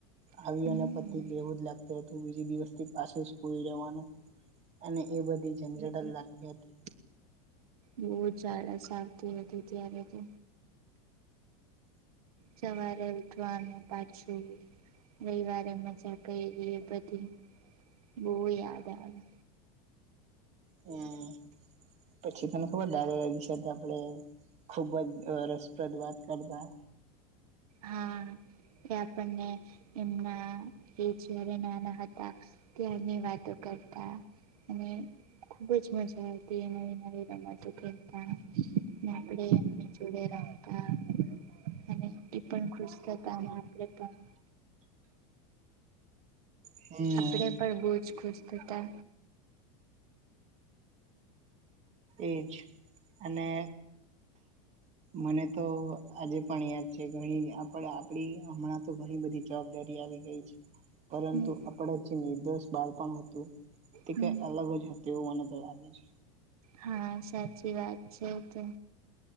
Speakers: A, on the right; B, on the right.
A: આવી
B: હમ
A: અને પતિ ગયું એવું જ લાગતું હતું બીજ દિવસ થી પાછું સ્કૂલ જવાનું અને એ બધી જંઝટન લાગતી હતી
B: બહુ જ ઝડા અશાંતિ હતી ત્યારે તો સવારે ઉઠવાનું પાછું રવિવારે મજા કરી એ બધી બહ યાદ આવે
A: હમ્મ પછી તને ખબર <unintelligible> તત આપણે ખૂબ જ રસપ્રદ વાતો કરતા
B: હા એ આપણને એમના કેચ નાના હતા ત્યાંની વાતો કરતા અને ખુબ જ મજા નવી નવી રમતો કતા આપણે એમની જોડે રમતા અને એ પણ ખુશ થતા હતા આપણે પણ
A: હમ
B: આપણે પણ બહુ જ ખુશ થતા
A: એજ અને મને તો આજે પણ યાદ છે ઘણી આપ આપડી હમણાં તો ઘણી બધી જવાબદારી આવી ગઈ છે. પરંતુ
B: હમ
A: આપણા જે નિર્દોષ બાળપણ હતું તે
B: હમ
A: કઈ અલગ જ હ તેવું મને તો લાગે છે.
B: હા સાચી વાત છે તો